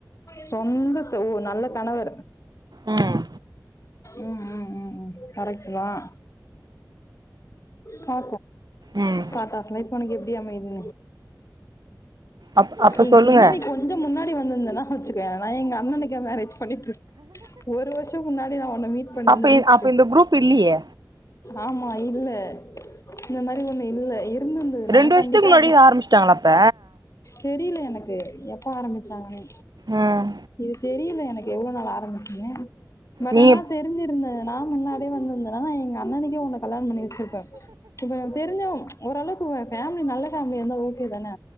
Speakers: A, on the left; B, on the right.
A: சொந்த ஓ நல்ல கணவர்
B: ம்ம்
A: உம் உம் உம் உம் கரெக்டு தான் வா
B: ம்
A: பார்த்த ஆ உனக்கு எப்படி அமையுது
B: அப் அப்ப
A: நீ
B: சொல்லுங்க
A: பின்னாடி நீ கொஞ்சம் முன்னாடி வந்திருந்தனா கோச்சுகிவியா அண்ணனைக்கா மேரேஜ் பண்ணிட்டு ஒரு வருஷத்துக்கு முன்னாடி நான் உன்னனை மீட் பண்ணிருந்தேன்னு
B: அப்ப
A: வச்சுக்கோயேன்
B: அப்ப இந்த குரூப் இல்லியே
A: ஆமா இல்ல இந்த மாதிரி ஒண்ணும் இல்ல இருந்திருந்ததுன்னா
B: ரெண்டு வருஷத்துக்கு
A: கண்டிப்பா
B: முன்னாடியே ஆரம்பிச்சுட்டாங்களாப்ப
A: தெரியல எனக்கு எப்ப ஆரம்பிச்சாங்கன்னே
B: ம்
A: இது தெரியல எனக்கு எவ்வளவு நாள் ஆரம்பிச்சுங்க பட்
B: நீங்க
A: ஆனா தெரிஞ்சிருந்தேன் நான் முன்னாடி வந்திருந்தேன் நா எங்க அண்ணனுக்கே உனக்கு பல பண்ணி வச்சிருப்பேன் இப்ப தெரிஞ்சும் ஓரளவுக்கு ஃபேமலி நல்ல பேமிலி யா இருந்தா போதும் தானே